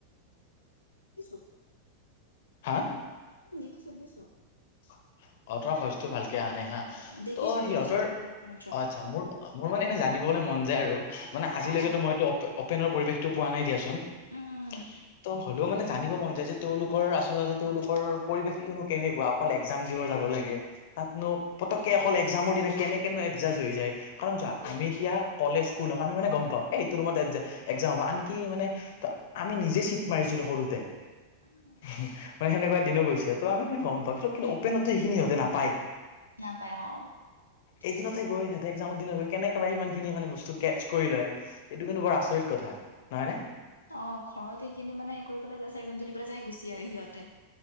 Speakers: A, on the left; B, on the left.
A: কিছু
B: হা।
A: লিখিছো দিছো।
B: অ তোমাৰ ভইচটো ভালকে আহা নাই হা।
A: দেখিছো
B: ত' সিহঁতৰ
A: দেখিছো। সপোনত যোৱা।
B: আচ্ছা, মোৰ মোৰ মানে এনে জানিবলৈ মন যায় আৰু আহ মানে আজিলৈকেতো
A: অ
B: মইতো অফ অপেনৰ পৰিৱেশটো পোৱা নাই দিয়াচোন
A: উম
B: ঠ ই ত হ'লেও মানে জানিব মন যায় যে তেওঁলোকৰ আচলতে তেওঁলোকৰ পৰিৱেশটোনো কেনেকুৱা। অকল এক্সাম দিব যাব লাগে তাতনো পতককে অকল এক্সামৰ দিনা কেনে কেনো এডজাষ্ট হৈ যায়। কাৰণ চোৱা আমি এতিয়া কলেজ স্কুল হওক আমি মানে গম পাওঁ এ এইটো ৰুমত একজা এক্সাম হব আনকি মানে ত আমি নিজে চিট মাৰিছিলো সৰুতে।
A: উম
B: উমহু, সেনেকুৱা দিনো গৈছে ত আমি মানে গম পাওঁ সেইটো। কিন্তু অপেনতো সিখিনি সিহঁতে নাপায় সি
A: নাপায় অ
B: ই ই এদিনতে
A: সেইটো হয়
B: গৈ সিহঁতে তে এক্সামৰ দিনত গৈ কেনেকে সিমান খিনি মানে বস্তু কেচ কৰি লয় ইহ আহ এইটো কিন্তু বৰ আচৰিত কথা নহয় নে।
A: অ অ অ, ঘৰত এইখিনি মানে এই কৰিব পেলাই যায় চাগে এক্সাম যদি পেলাই যায় গুচি আহে সিহঁতে।